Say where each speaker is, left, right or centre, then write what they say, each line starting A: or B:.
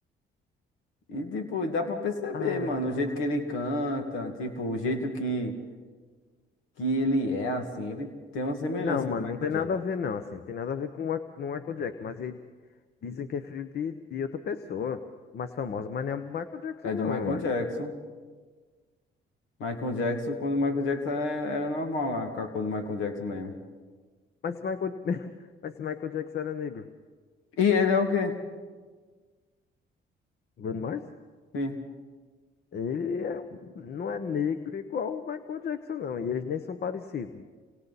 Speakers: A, on the left (about 85°); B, on the left (about 55°).
A: E, tipo, dá pra perceber,
B: Ah.
A: mano, o jeito que ele canta, tipo, o jeito que. que ele é assim, ele tem uma semelhança
B: Não, mano,
A: com o Michael
B: não tem nada
A: Jackson.
B: a ver, não. Assim, não tem nada a ver com o Michael Jackson, mas ele. Dizem que é filho de, de outra pessoa, mais famosa, mas não é o Michael Jackson,
A: É do
B: não,
A: Michael
B: eu acho.
A: Jackson. Michael Jackson, quando o Michael Jackson era, era normal lá, com a cor do Michael Jackson mesmo.
B: Mas se Michael, <laughs> mas se Michael Jackson era negro,
A: E ele é o quê?
B: Bruno Mars,
A: Sim.
B: ele é, um- não é negro igual o Michael Jackson, não. E eles nem são parecidos.